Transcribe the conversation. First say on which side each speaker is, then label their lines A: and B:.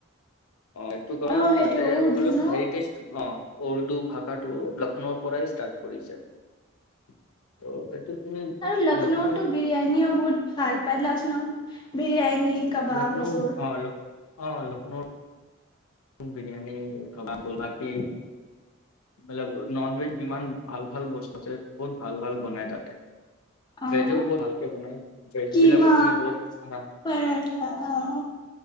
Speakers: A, on the left; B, on the left.
A: অ' এইটো কাৰণে
B: অ', সেইটো
A: তাতে
B: উৰ্দু
A: মতলব
B: ন?
A: হেৰিটেজ অ'। উৰ্দু ভাষাটো লক্ষ্ণৌৰ পৰাই ষ্টাৰ্ট কৰিছে ত' এইটো তুমি
B: আৰু লক্ষ্ণৌতো
A: লক্ষ্ণৌ
B: বিৰিয়ানীও বহুত ভাল পায়, লক্ষ্ণৌ বিৰিয়ানী। কাবাব
A: লক্ষ্ণৌ
B: এইবোৰ
A: অ' ল' অ' লক্ষ্ণৌ। Biryani <unintelligible> non veg. কিমান ভাল ভাল বস্তু আছে, বহুত ভাল ভাল বনায় তাতে।
B: অ',
A: ভেজো বহুত ভালকে বনাই, ভেজ
B: কিমা
A: বিলাকো তুমি বহুত <unintelligible>
B: পৰাঠা অ',